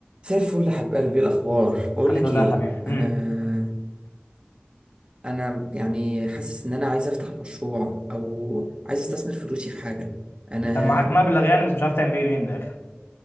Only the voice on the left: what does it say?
الحمد
لله
يا حبيبي امم
انت معاك مبلغ يعني بس مش عارف تعمل بيه ايه من الاخر